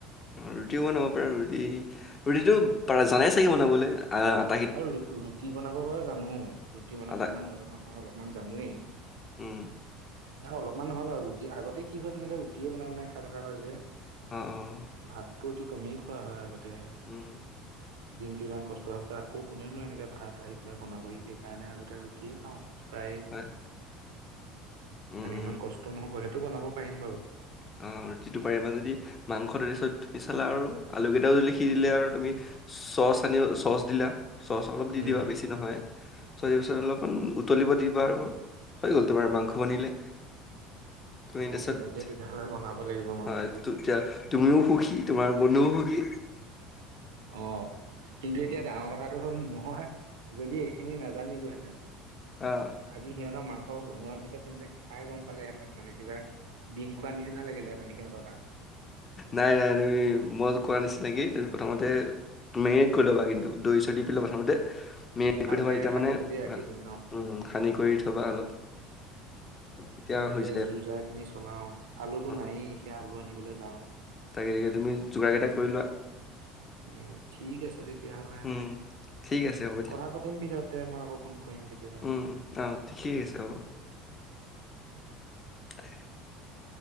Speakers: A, on the left; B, on the right.
A: অ ৰুটিও বনাব পাৰা ৰুটি ৰুটিটো পাৰা জানাই চাগে বনাবলৈ আ আ
B: অ ৰুটি বনাব বাৰু জানো, ৰুটি বনাব
A: আটা
B: ইমান নাজানা নহয় অলপমান জানোৱেই।
A: উম
B: নাই অলপমান নহয় বাৰু ৰুটি আগতে কি হয় তেনেকে ৰুটিয়ে বনায় বনায় খাই থকা হয় যে।
A: অ' অ'
B: ভাতটো অতি কমেই খোৱা হয় আগতে।
A: উম
B: দিনটো ইমান কষ্ট হোৱাৰ পিছত আক কৌ কোনেনো এনেকে ভাত আহি পেলাই বনাবহি সেইকাৰণে আগতে ৰুটিয়ে খাওঁ প্ৰায়েই।
A: হয় উম
B: এনে
A: উম
B: ইমান কষ্ট নহ'ব সেইটো বনাব পাৰিম বাৰু।
A: অ' ৰুটিটো পাৰিবা যদি মাংসটো তাৰপিছত পিছলৈ আৰু আলুকেইটাও যদি সিজিলে আৰু তুমি চচ আনিও চচ দিলা চচ অলপ দি
B: উম
A: দিবা বেছি নহয় চচ দিয়াৰ পিছত অলপমান উতলিব দিবা আৰু। হৈ গ'ল তোমাৰ মাংস বনিলে তুমি
B: অ
A: তাৰপিছত
B: তেনেকেই তেতিয়াহ'লে বনাব লাগিব মাংসটো।
A: হয় তেতিয়া তুমিও সুখী তোমাৰ বন্ধুও সুখী।
B: অ' কিন্তু
A: উম,
B: এতিয়া ডাঙৰ কথাটো হ'ল মই যদি এইখিনি নাজানিলোহেঁতেন
A: অ'
B: আজি সিহঁতৰ মাংস বনোৱাৰ পিছত পিছত সিহঁতে খাই গম পালেহেঁতেন মানে কিবা বিহ খোৱা নিচনা লাগিলে সিহঁতৰ কাৰণে
A: নাই নাই তুমি মই কোৱা নিচিনাকে তুমি প্ৰথমতে মেৰিনেট কৰি ল'বা কিন্তু দৈ চৈ দি পেলাই প্ৰথমতে মেৰি নেট
B: ভালকে
A: কৰি থ'বা তেতিয়ামানে
B: সানি মেলি ৰাখি
A: ভাল
B: দিম ন
A: উম সানি কৰি থ'বা অলপ তেতিয়া
B: তাকে
A: হৈ যায়
B: যো-জা খিনি চলাও আলুতো
A: অ
B: নাইয়ে সেইয়া আলু আনিবলৈ যাওঁ।
A: তাকে এতিয়া তুমি যোগাৰ কেইটা কৰি লোৱা।
B: উম, ঠিক আছে তেতিয়াহ'লে
A: উম,
B: দে।
A: ঠিক আছে হ'ব দিয়া,
B: কথা পাতিম পিছত তে মই আকৌ ফোন কৰিম কেতিয়াবা।
A: উম অ' ঠিকেই আছে
B: উম।
A: হ'ব। <inaudible>